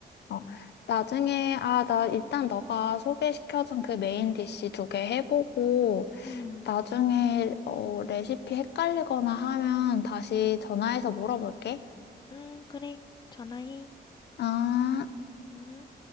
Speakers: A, on the left; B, on the left.
A: 어,
B: 응,
A: 나중에, 아, 나 일단 너가 소개시켜준 그 메인 디시 두 개 해보고,
B: 응,
A: 나중에, 어, 레시피 헷갈리거나 하면 다시 전화해서 물어볼게.
B: 응, 그래. 전화해.
A: 아.
B: 응.